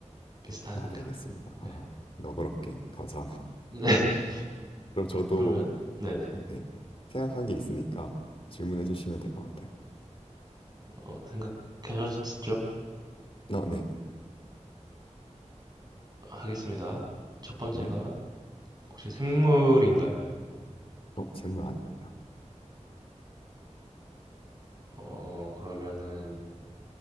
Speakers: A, on the right; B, on the left.
A: 비슷하니까.
B: 아, 알겠습니다. 아,
A: 네.
B: 너그럽게 감사합니다.
A: 네. <laughs>
B: 그럼 저도,
A: 그러면, 네네.
B: 네. 생각한 게 있으니까 질문해 주시면 될 것 같아요.
A: 어, 생각하셨죠?
B: 어, 네.
A: 하겠습니다. 첫 번째가,
B: 네.
A: 혹시 생물인가요?
B: 어, 생물 아닙니다.
A: 어, 그러면은,